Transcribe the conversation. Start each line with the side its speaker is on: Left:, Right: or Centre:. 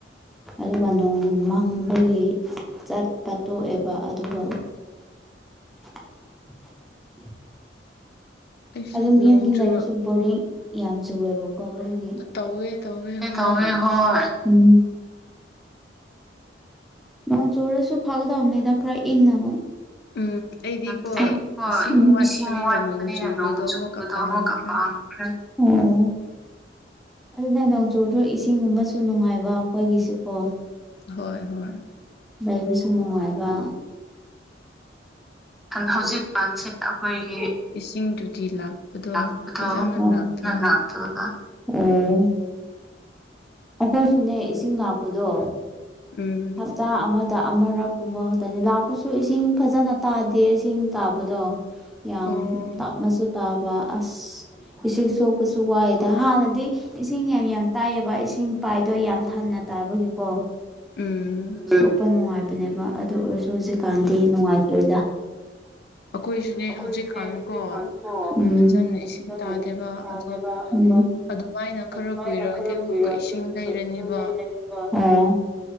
Centre: ꯑꯗꯨꯒ ꯅꯣꯡ ꯃꯪꯕꯒꯤ ꯆꯠꯄ ꯇꯣꯛꯑꯦꯕ ꯑꯗꯨꯒ <inaudible>
Left: ꯑꯩꯁꯨ
Centre: ꯑꯗꯨ ꯃꯤ
Left: ꯅꯣꯡ
Centre: ꯑꯃꯗ
Left: ꯆꯨꯔꯛ
Centre: ꯂꯩꯕꯁꯨ ꯕꯣꯔꯤꯡ ꯌꯥꯝ ꯆꯨꯋꯦꯕꯀꯣ ꯀꯗꯒꯤ
Left: ꯇꯧꯋꯦ ꯇꯧꯋꯦ ꯍꯣꯏ
Centre: ꯇꯃꯦ ꯍ ꯎꯝ ꯅꯣꯡ ꯆꯣꯏꯨꯔꯁꯨ ꯐꯥꯒꯗꯕꯅꯦꯗ ꯈꯔꯥ ꯏꯪꯅꯕ
Left: ꯎꯝ ꯑꯩꯗꯤꯀꯣ
Centre: ꯎꯝ ꯑꯩꯗꯤꯀꯣ
Left: ꯏꯁꯤꯡ ꯋꯥꯠꯄꯅꯤꯅ
Centre: ꯏꯁꯤꯡ ꯋꯥꯠꯄꯅꯤꯅ
Left: ꯅꯣꯡ ꯆꯨꯕꯗꯣ
Centre: ꯅꯣꯡ ꯆꯨꯕꯗꯣ
Left: ꯑꯃꯨꯛꯀ ꯄꯥꯝꯈ꯭ꯔꯦ
Centre: ꯑꯃꯨꯛꯀ ꯄꯥꯝꯈ꯭ꯔꯦ ꯑꯣ ꯑꯗꯨꯅ ꯅꯣꯡꯆꯨꯗꯣ ꯏꯁꯤꯡꯒꯨꯝꯕꯁꯨ ꯅꯨꯡꯉꯥꯏꯕ ꯑꯩꯈꯣꯏꯒꯤꯁꯨ ꯀꯣ
Left: ꯍꯣꯏ ꯍꯣꯏ
Centre: ꯂꯩꯕꯁꯨ ꯅꯨꯡꯉꯥꯏꯕ ꯍꯧꯖꯤꯛꯀꯥꯟꯁꯦ ꯑꯩꯈꯣꯏꯒꯤ
Left: ꯏꯁꯤꯡ ꯇꯣꯇꯤ ꯂꯥꯛꯄꯗꯣ
Centre: ꯂꯥꯛ
Left: ꯐꯖꯅ ꯂꯥꯛꯇꯕ
Centre: ꯎꯝ ꯑꯩꯈꯣꯏꯁꯨꯅꯦ ꯏꯁꯤꯡ ꯂꯥꯛꯄꯗꯣ
Left: ꯎꯝ
Centre: ꯍꯞꯇꯥ ꯑꯃ ꯗ ꯑꯃꯔꯛ ꯀꯨꯝꯕ ꯈꯛꯇꯅꯤ ꯂꯥꯛꯄꯁꯨ ꯏꯁꯤꯡ ꯐꯖꯅ ꯇꯥꯗꯦ ꯏꯁꯤꯡ ꯇꯥꯕꯗꯣ ꯌꯥꯝ
Left: ꯑꯣ
Centre: ꯇꯞꯃꯁꯨ ꯇꯥꯕ ꯑꯁ ꯏꯁꯤꯡ ꯁꯣꯛꯄꯁꯨ ꯋꯥꯏꯑꯦꯗ ꯍꯥꯟꯅꯗꯤ ꯏꯁꯤꯡ ꯌꯥꯝ ꯌꯥꯝ ꯇꯥꯏꯑꯕꯁꯤꯡ ꯤꯡ ꯄꯥꯏꯗꯣꯏ ꯌꯥꯝ ꯊꯅ ꯇꯥꯕꯒꯤꯀꯣ
Left: ꯎꯝ
Centre: ꯁꯣꯛꯄ ꯅꯨꯡꯉꯥꯏꯕ ꯍꯥꯏꯕꯅꯦꯕ ꯑꯗꯨ ꯑꯣꯏꯔꯁꯨ ꯍꯧꯖꯤꯛꯀꯥꯟꯗꯤ ꯅꯨꯡꯉꯥꯏꯇ꯭ꯔꯦꯗ
Left: ꯑꯩꯈꯣꯏꯁꯨꯅꯦ
Centre: ꯑꯩꯈꯣꯏꯁꯨꯅꯦ
Left: ꯍꯧꯖꯤꯛꯀꯥꯟꯀꯣ
Centre: ꯍꯧꯖꯤꯛꯀꯥꯟꯀꯣ ꯎꯝ
Left: ꯐꯖꯅ ꯏꯁꯤꯡ
Centre: ꯐꯖꯅ
Left: ꯇꯥꯗꯦꯕ
Centre: ꯇꯥꯗꯦꯕ
Left: ꯑꯗꯣ
Centre: ꯑꯗꯣ
Left: ꯑꯗꯨꯃꯥꯏꯅ ꯈꯔ
Centre: ꯑꯗꯨꯃꯥꯏꯅ
Left: ꯀꯨꯏꯔꯛꯑꯗꯤ
Centre: ꯈꯔ
Left: ꯑꯃꯨꯛꯀ
Centre: ꯀꯨꯏꯔꯛꯑꯗꯤ
Left: ꯏꯁꯤꯡ
Centre: ꯑꯃꯨꯛꯀ
Left: ꯂꯩꯔꯅꯤꯕ
Centre: ꯏꯁꯤꯡ ꯂꯩꯔꯅꯤꯕ ꯑꯣ